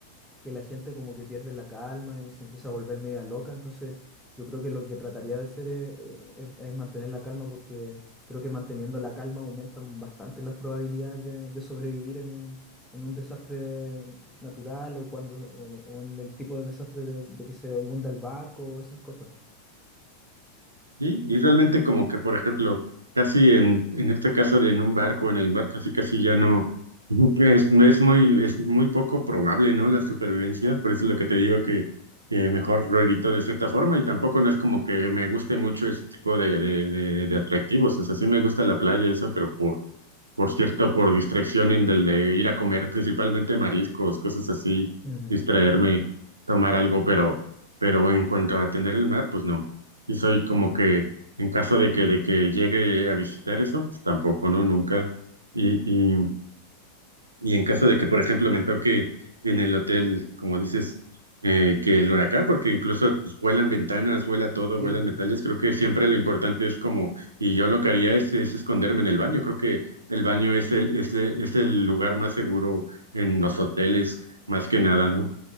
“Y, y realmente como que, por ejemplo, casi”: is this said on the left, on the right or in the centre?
Right